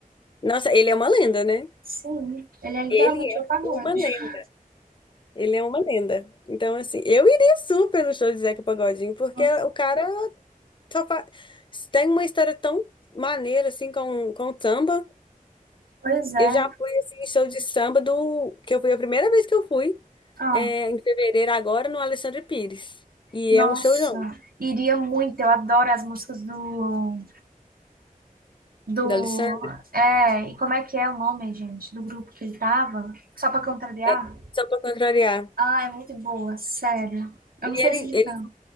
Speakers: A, on the left; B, on the right.
A: Nossa, ele é uma lenda, né?
B: sim, ele é literalmente
A: Ele é
B: o pagode,
A: uma lenda.
B: <laughs>
A: Ele é uma lenda. Então, assim, eu iria super no show de Zeca Pagodinho, porque
B: Nossa,
A: o cara só fa- tem uma história tão maneira, assim, com, com o samba.
B: pois é,
A: Eu já fui, assim, em show de samba do... Que eu fui a primeira vez que eu fui,
B: Ah,
A: é, em fevereiro agora, no Alexandre Pires. E
B: nossa,
A: é um showzão
B: iria muito. Eu adoro as músicas do, do,
A: do Alexandre,
B: é, e como é que é o nome, gente, do grupo que ele tava? Só pra contrariar?
A: é, só pra contrariar.
B: Ah, é muito boa, sério. Eu
A: E
B: não sei
A: ele,
B: se ele
A: ele,
B: canta.